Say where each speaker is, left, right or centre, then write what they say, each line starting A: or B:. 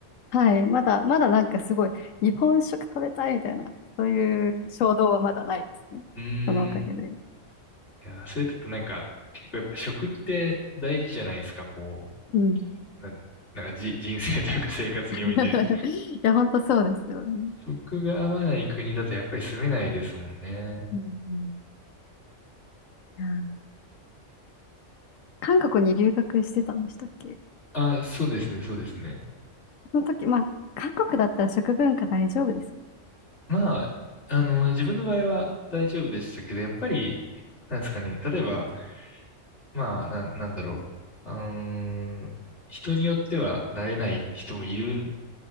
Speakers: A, on the left; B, on the left.
A: はい。まだ、まだなんかすごい、日本食食べたいみたいな、そういう衝動はまだないですね。
B: ーん。
A: そのおかげで。
B: いや、それだとなんか、結構やっぱ食って大事じゃないですか。こ
A: うん。
B: う、な、なんかじ、人生というか生活において。
A: <laughs> いや、本当そうですよね。
B: 食が合わない国だとやっぱり住めないですもんね。
A: うんうんあ韓国に留学してたんでしたっけ
B: あ、そうですね、そうですね。
A: その時、まあ、韓国だったら食文化大丈夫ですよ。
B: まあ、あの、自分の場合は大丈夫でしたけど、やっぱり、なんですかね、例えば、まあ、な、なんだろう。うーん、人によっては慣れない人もいるん